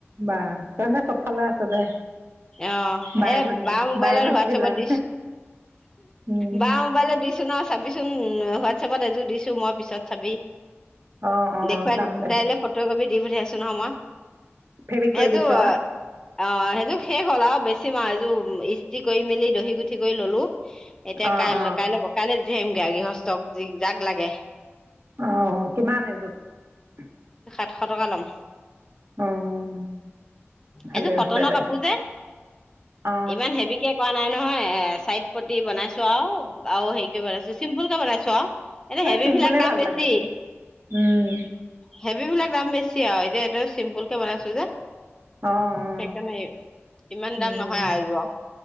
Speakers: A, on the right; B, on the left.
A: বাাহ তই চবফালে আছ দে
B: অ'
A: বাই
B: এ
A: ভনী
B: বা মোবাইলত
A: বাই ভনী
B: হোৱাটছপত
A: বিলাক
B: দিছো
A: উম
B: বা মোবাইলত দিছো নহয় চাবিচোন হোৱাটছএপত এযোৰ দিছো মই পিছত চাবি
A: অ অ
B: দেখুৱাই
A: চাম দে
B: তাইলে ফটো একপিত দি পঠিয়াইছোঁ নহয় মই
A: ফেব্ৰিক
B: সেইযোৰ
A: কৰি দিছ
B: অ' সেইযোৰ শেষ হ'ল আৰু বেছি মাহ এইযোৰ ইস্তি কৰি মেলি দহি গুঠি কৰি ললো। এতিয়া
A: অ অ
B: কাই
A: অ
B: কাইলৈ, কাইলৈ দি আহিম গড়গীহস্তক জিক যাক লাগে।
A: অ' কিমান এইযোৰত?
B: আঠশ টকা ল'ম
A: অ' ভালে
B: এইযোৰ
A: হৈছে
B: কটনৰ
A: দে
B: কাপোৰ যে
A: অ
B: ইমান হেভিকে কৰা নাই নাই নহয় এ চাইট পটি বনাইছো আৰু আৰু হেৰিক বনাইছো চিম্পুল কে বনাইছো আৰু এনে
A: হেই
B: হেভি
A: চিম্পুল
B: বিলাক দাম
A: ভাল
B: বেছি
A: লাগে উম।
B: হেভী বিলাক দাম বেছি আৰু এ এইটো চিম্পুল কে বনাইছো যে
A: অ অ
B: সেইকাৰণে ইমান
A: উম
B: দাম নহয় আহ যোৱা